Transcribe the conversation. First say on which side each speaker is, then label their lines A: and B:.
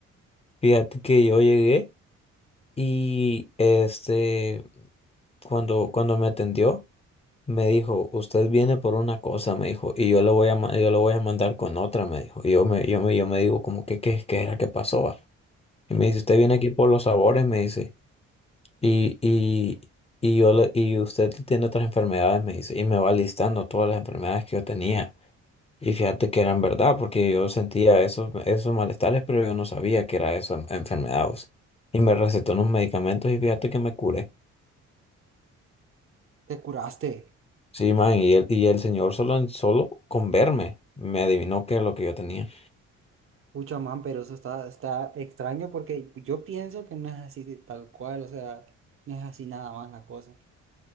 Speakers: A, on the left; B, on the right.
A: Fíjate que yo llegué y este, cuando, cuando me atendió, me dijo, usted viene por una cosa, me dijo, y yo lo voy a, ma- yo lo voy a mandar con otra, me dijo. Y yo me, yo me, yo me digo, como, ¿qué, qué, qué era que pasó? va?". Y me dice, usted viene aquí por los sabores, me dice. Y, y, y yo le- y usted tiene otras enfermedades, me dice. Y me va listando todas las enfermedades que yo tenía. Y fíjate que eran verdad, porque yo sentía esos, esos malestares, pero yo no sabía que era esa en- enfermedad. o sea. Y me recetó unos medicamentos y fíjate que me curé.
B: te curaste.
A: Sí, man, y el, y el señor solo, en- solo con verme me adivinó qué es lo que yo tenía.
B: Pucha, man, pero eso está, está extraño porque yo pienso que no es así de tal cual, o sea, no es así nada más la cosa.